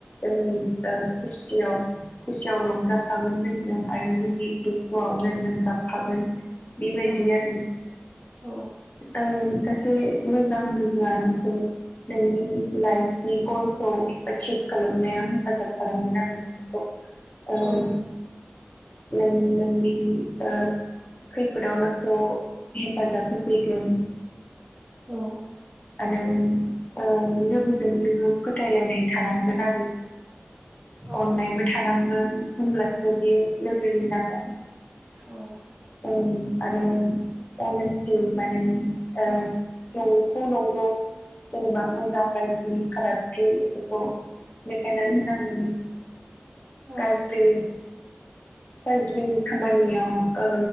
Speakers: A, on the left (about 40°); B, on the right (about 55°).
A: जोंनि ओ खुसियाव खुसियाव रंजाफागोन जोंजों आरो जोंनि दुखुआव जोंजों गाबफागोन। बिबायदि
B: औ
A: आरो
B: औ
A: ओ सासे मोजां लोगोआ नोंखौ नोंनि लाइफनि गल खौ थिग खालामनायाव हेफाजाब खालामगोन आरो नोंखौ ओं
B: औ
A: नों नोंनि ओ खैफोदाव नोंखौ हेफाजाब होफैगोन।
B: औ
A: आरो ओ लोगोजों लोगो फोथायलायनाय थानांगोन आरो
B: औ
A: अननायबो थानांगोन होनब्लासो बियो लोगोरि जागोन
B: औ
A: औ आरो अनेस्टि माने ओ नंगौखौ नंगौ जेनेबा मोजां गाज्रि फाराग पि इफोरखौ देखायनानै होनांगोन
B: औ
A: गाज्रि गाज्रि खामानियाव ओ